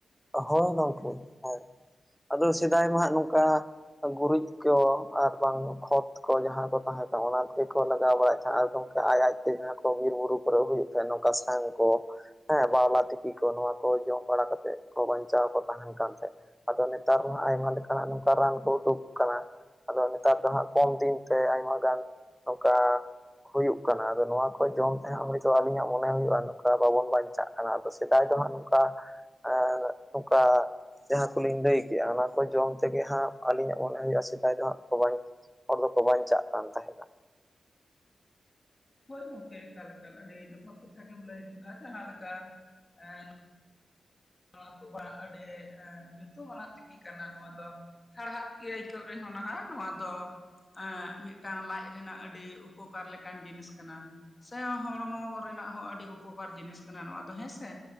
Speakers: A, in the centre; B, on the left.
A: ᱦᱳᱭ ᱜᱚᱝᱠᱮ ᱦᱮᱸ ᱟᱫᱚ ᱥᱮᱫᱟᱭ ᱢᱟᱜ ᱱᱚᱝᱠᱟ ᱜᱩᱨᱤᱡ ᱠᱚ ᱟᱨ ᱵᱟᱝ ᱠᱷᱚᱛ ᱠᱚ ᱡᱟᱦᱟᱸ ᱠᱚ ᱛᱟᱦᱮᱸ ᱠᱟᱱᱟ ᱚᱱᱟ ᱜᱮᱠᱚ ᱞᱟᱜᱟᱣ ᱵᱟᱲᱟᱭᱮᱫ ᱛᱟᱦᱮᱸᱫ ᱟᱨ ᱜᱚᱢᱠᱮ ᱟᱡ ᱟᱡᱛᱮ ᱡᱟᱦᱟᱸ ᱠᱚ ᱵᱤᱨ ᱵᱩᱨᱩ ᱟᱨ ᱦᱩᱭᱩᱜ ᱛᱟᱦᱮᱸᱫ ᱱᱚᱝᱠᱟ ᱥᱟᱝ ᱠᱚ ᱦᱮᱸ ᱵᱟᱣᱞᱟ ᱛᱤᱠᱤ ᱠᱚ ᱱᱚᱣᱟ ᱠᱚ ᱡᱚᱢ ᱵᱟᱲᱟ ᱠᱟᱛᱮᱜ ᱠᱚ ᱵᱟᱧᱪᱟᱣ ᱠᱚ ᱛᱟᱦᱮᱱ ᱠᱟᱱ ᱛᱟᱦᱮᱸᱫ ᱟᱫᱚ ᱱᱮᱛᱟᱨ ᱢᱟ ᱟᱭᱢᱟ ᱞᱮᱠᱟᱱᱟᱜ ᱱᱚᱝᱠᱟ ᱨᱟᱱ ᱠᱚ ᱩᱰᱩᱠ ᱠᱟᱱᱟ᱾ ᱟᱫᱚ ᱱᱮᱛᱟᱨ ᱫᱚ ᱦᱟᱜ ᱠᱚᱢ ᱫᱤᱱ ᱛᱮ ᱟᱭᱢᱟ ᱜᱟᱱ ᱱᱚᱝᱠᱟ, ᱦᱩᱭᱩᱜ ᱠᱟᱱᱟ ᱟᱫᱚ ᱱᱚᱣᱟ ᱠᱚ ᱡᱚᱢ ᱛᱟᱦᱮᱸ ᱱᱤᱛᱚᱜ ᱟᱞᱤᱧᱟᱜ ᱢᱚᱱᱮ ᱦᱩᱭᱩᱜᱼᱟ ᱱᱚᱝᱠᱟ ᱵᱟᱵᱚᱱ ᱵᱟᱧᱪᱟᱜ ᱠᱟᱱᱟ ᱟᱫᱚ ᱥᱮᱫᱟᱭ ᱫᱚᱦᱟᱸᱜ ᱱᱚᱝᱠᱟ, ᱦᱮ ᱱᱚᱝᱠᱟ ᱡᱟᱦᱟᱸ ᱠᱚᱞᱤᱧ ᱞᱟᱹᱭ ᱠᱮᱜᱼᱟ ᱚᱱᱟ ᱠᱚ ᱡᱚᱢ ᱛᱮᱜᱮ ᱦᱟᱸᱜ ᱟᱹᱞᱤᱧᱟᱜ ᱢᱚᱱᱮ ᱦᱩᱭᱩᱜᱼᱟ ᱥᱮᱫᱟᱭ ᱫᱚ ᱦᱟᱸᱜ ᱠᱚ ᱵᱟᱧ ᱦᱚᱲ ᱫᱚᱠᱚ ᱵᱟᱧᱪᱟᱜ ᱠᱟᱱ ᱛᱟᱦᱮᱸᱫᱼᱟ᱾
B: ᱦᱳᱭ ᱜᱚᱝᱠᱮ ᱮᱠᱟᱞ ᱮᱠᱟᱞ ᱟᱹᱰᱤ ᱡᱚᱛᱷᱟᱛ ᱠᱟᱛᱷᱟ ᱜᱮᱢ ᱞᱟᱹᱭ ᱠᱮᱫᱟ ᱡᱟᱦᱟᱸᱞᱮᱠᱟ ᱮᱸᱜ ᱱᱚᱣᱟ ᱠᱚ ᱵᱟᱝ ᱟᱹᱰᱤ ᱧᱩᱛᱩᱢᱟᱱᱟᱜ ᱛᱤᱠᱤ ᱠᱟᱱᱟ ᱱᱚᱣᱟ ᱫᱚ, ᱦᱟᱲᱦᱟᱫ ᱜᱮ ᱟᱹᱭᱠᱟᱹᱜ ᱨᱮᱦᱚᱸ ᱱᱟᱦᱟᱜ ᱱᱚᱣᱟ ᱫᱚ ᱮᱜ ᱢᱤᱫᱴᱟᱝ ᱞᱟᱡ ᱨᱮᱱᱟᱜ ᱟᱹᱰᱤ ᱩᱯᱚᱠᱟᱨ ᱞᱮᱠᱟᱱ ᱡᱤᱱᱤᱥ ᱠᱟᱱᱟ ᱥᱮ ᱦᱚᱲᱢᱚ ᱨᱮᱱᱟᱜ ᱦᱚᱸ ᱟᱹᱰᱤ ᱩᱯᱚᱠᱟᱨ ᱡᱤᱱᱤᱥ ᱠᱟᱱᱟ ᱱᱚᱣᱟ ᱫᱚ ᱦᱮᱸᱥᱮ